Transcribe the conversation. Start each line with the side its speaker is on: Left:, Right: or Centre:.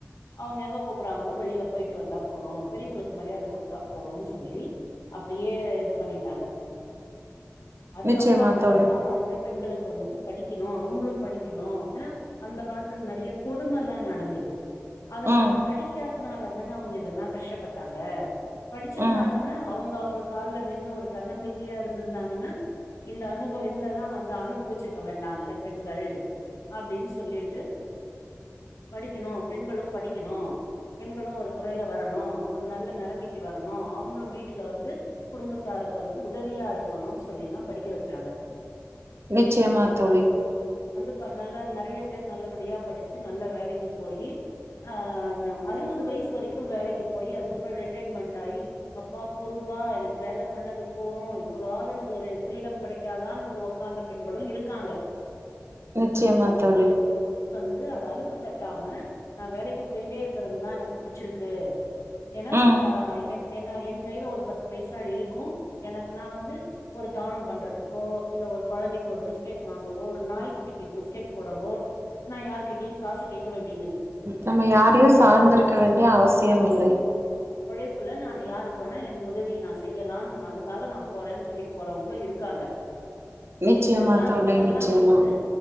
Left: அவுங்க எங்க கூப்பறாங்களோ வெளியில போயிட்டு வந்தா போறோ பெரியவங்களுக்கு மரியாத கொடுத்தா போதுன்னு சொல்லி அப்டியே இது பண்ணிட்டாங்க அதுக்கப்
Right: நிச்சயமா
Left: அப்பற அப்பற
Right: தோழி
Left: தா வந்து பெண்களுக்கு வந்து படிக்கணும் அவங்களும் படிக்கணும் ஏன்னா அந்த காலத்துல நெறைய கொடுமை எல்லாம் நடந்தது அதனால
Right: ம்
Left: படிக்க த்துனாலதான அவங்க இதெல்லா கஷ்டப்பட்டாங்க படிச்சிருந்தாங்கன்னா
Right: ம்
Left: அவங்கவங்க ஒரு கால்ல நின்னு ஒரு தன்னம்பிக்கையா இருந்திருந்தாங்கன்னா இந்த அனுபவ இந்தெல்லா வந்து அனுபவிச்சிருக்க வேண்டால்ல பெண்கள் அப்டின்னு சொல்லிட்டு படிக்கணு பெண்களு படிக்கணு பெண்களு ஒரு துறையில வரணு ஒரு நல்ல நெலைமைக்கு வரணு அவங்களு வீட்டுல வந்து குடும்பத்தாருக்கு வந்து உதவியா இருக்கணு சொல்லிதா படிக்க வச்சாங்க
Right: நிச்சயமா தோழி
Left: இப்ப நல்ல நெறைய பேர் நல்லபடியா படிச்சு நல்ல வேலைக்கு போயி ஆ அறுவது வயசு வரைக்கு வேலைக்கு போய் அதுக்கப்பற ரிட்டைர்மெண்டட்டாயி அப்பா போறுப்பா எனக்கு வேல பண்ணது போறும் இப்பவாது எனக்கு ஒரு ஃப்ரீடம் கெடைக்காதான்னு வந்து ஒக்காந்து பெண்களு இருக்காங்க
Right: நிச்சயமா தோழி
Left: து அது அலப்பு தட்டாம நா வேலைக்கு போயிண்டேயிருக்கிறது தா எனக்கு புடிச்சிருக்கு ஏன்னா
Right: ம்
Left: ஆ என் ஏன்னா என் கையில ஒரு பத்து பைசா இருக்கு எனக்கு நா வந்து ஒரு தானம் பண்றதுக்கோ இல்ல ஒரு கொழந்தைக்கு ஒரு பிஸ்கெட் வாங்கவோ ஒரு நாய்க்குட்டிக்கு பிஸ்கெட் போடவோ நா யார்க்கிட்டயு காசு கேட்க வேண்டிய
Right: நம்ம யாரையு சார்ந்திருக்க வேண்டிய அவசியமில்லை
Left: புள்ள நான் யாருக்கு வேணா என் உதவியை நான் செய்யலான் அதுக்காக நா போறேன்னு சொல்லி போறவங்களு இருக்காங்க
Right: நிச்சயமா
Left: இதெல்லா
Right: தோழி
Left: இதெல்லா
Right: நிச்சயமா
Left: வந்து